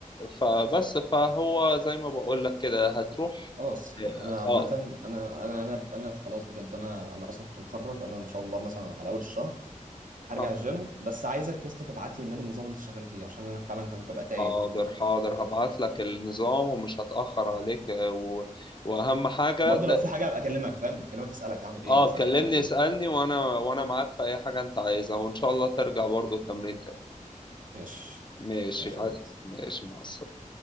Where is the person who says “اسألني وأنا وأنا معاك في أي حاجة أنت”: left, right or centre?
Left